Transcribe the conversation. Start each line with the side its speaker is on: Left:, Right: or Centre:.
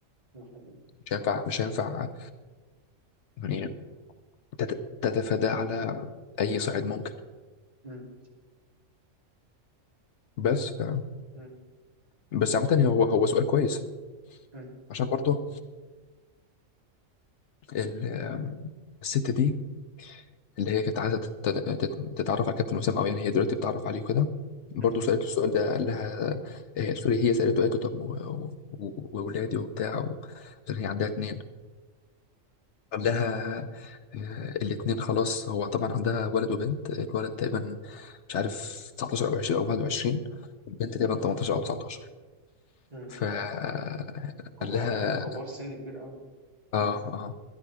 Right: ده حقيقي.
Left: مش هينفع مش هينفع يعني تت- تتفاداه على اي صعيد ممكن
Right: مم.
Left: بس ف...
Right: مم.
Left: بس عامة هو هو سؤال كويس
Right: مم.
Left: عشان برضه ال... الست دي اللي هي كانت عايزة تت... تت- تتعرف على كابتن وسام او يعني هي دلوقتي بتتعرف عليه وكده برضه
Right: مم.
Left: سألته السؤال ده قال لها آه، سوري هي سألته قالت له طب و- و- وولادي وبتاع و- عشان هي عندها اتنين قال لها آه، الاتنين خلاص هو طبعا عندها ولد وبنت الولد تقريبا مش عارف 19 او 20 او 21 البنت تقريبا 18
Right: مم.
Left: او 19
Right: مم.
Left: فقال
Right: كبار
Left: لها
Right: كبار سن كبير قوي مم.
Left: اه اه